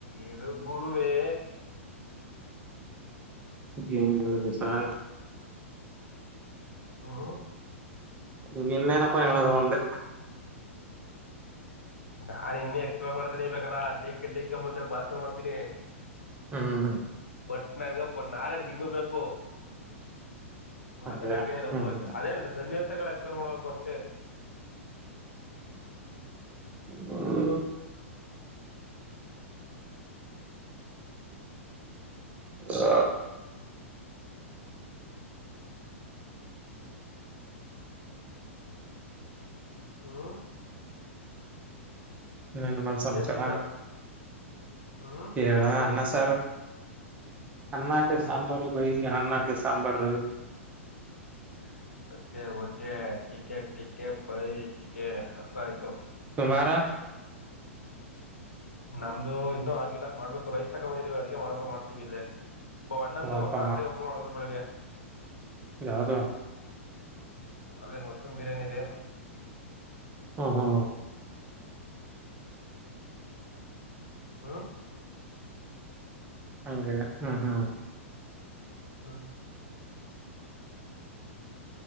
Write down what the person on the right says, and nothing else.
ಏನ್ ಹೇಳುದು ಸಾರ್
ಇ ಇಿಂದೇನೆ ಪಯಳ ಅದೇ
ಹ್ಮ್
ಹಂಗ
ಹ್ಮ್
ಹ ಸ
ಹ ಸಂಸರ
ಹೇಳ
ಅನ್ನ
ಸಾರ್ ಅನ್ನ ಕೆ
ಸಾಂಬರ್ ಭ ಹನ್ನ ಕೆ ಸಾಂಬರ
ತುಾರಾ
ಅಪ್ಪ
ಯಾವದು
ಹಾ ಹಾ
ಹಂಗ ಹ್ಮ್ ಹ್ಮ್